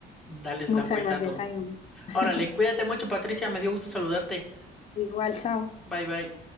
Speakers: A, in the centre; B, on the left.
A: dales
B: Muchas
A: la vuelta
B: gracias,
A: a todos.
B: Jaime. <laughs>
A: Órale, cuídate mucho, Patricia, me dio gusto saludarte.
B: Igual, chao.
A: Bye bye.